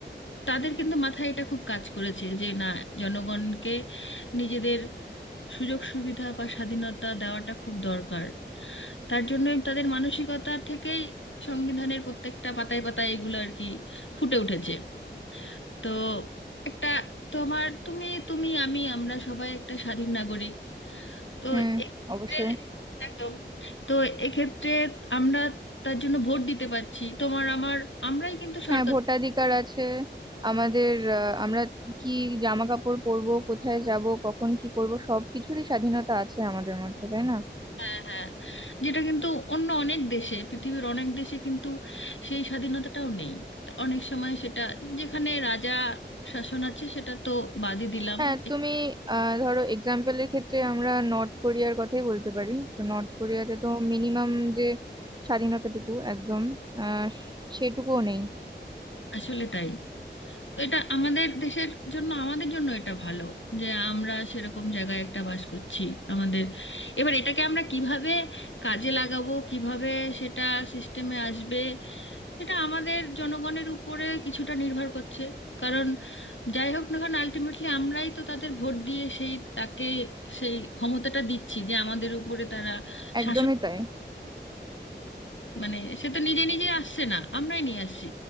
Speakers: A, on the left; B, on the right.
A: তাদের কিন্তু মাথায় এটা খুব কাজ করেছে যে না জনগণকে নিজেদের সুযোগ সুবিধা বা স্বাধীনতা দেওয়াটা খুব দরকার তার জন্য তাদের মানসিকতা থেকেই সংবিধানের প্রত্যেকটা পাতায় পাতায় এগুলো আর কি ফুটে উঠেছে তো একটা তোমার তুমি তুমি আমি আমরা সবাই একটা স্বাধীন নাগরিক তো
B: হুম
A: এক্ষেত্রে
B: অবশ্যই
A: একদম তো এক্ষেত্রে আমরা তার জন্য ভোট দিতে পারছি তোমার আমার আমরাই কিন্তু সরকার
B: হ্যাঁ ভোটাধিকার আছে আমাদের আহ, আমরা কি জামা কাপড় পরবো কোথায় যাব কখন কি করব সবকিছুরই স্বাধীনতা আছে আমাদের মধ্যে তাই না
A: হ্যাঁ হ্যাঁ যেটা কিন্তু অন্য অনেক দেশে পৃথিবীর অনেক দেশে কিন্তু সেই স্বাধীনতাটাও নেই তা অনেক সময় সেটা যেখানে রাজা শাসন আছে সেটা তো বাদই দিলাম
B: হ্যাঁ
A: এ-
B: তুমি আহ ধরো এক্সাম্পলের ক্ষেত্রে আমরা নর্থ কোরিয়ার কথাই বলতে পারি তো নর্থ কোরিয়াতে তো মিনিমাম যে স্বাধীনতাটুকু একদম আহ সেটুকুও নেই
A: আসলে তাই তো এটা আমাদের দেশের জন্য আমাদের জন্য এটা ভালো যে আমরা সেরকম জায়গায় একটা বাস করছি আমাদের এবার এটাকে আমরা কিভাবে কাজে লাগাবো কিভাবে সেটা সিস্টেমে আসবে এটা আমাদের জনগণের উপরে কিছুটা নির্ভর করছে কারণ যাই হোক না কারণ আলটিমেটলি আমরাই তো তাদের ভোট দিয়ে সেই তাকে সেই ক্ষমতাটা দিচ্ছি যে আমাদের উপরে তারা
B: একদমই
A: শাসন
B: তাই
A: মানে সে তো নিজে নিজে আসছে না আমরাই নিয়ে আসছি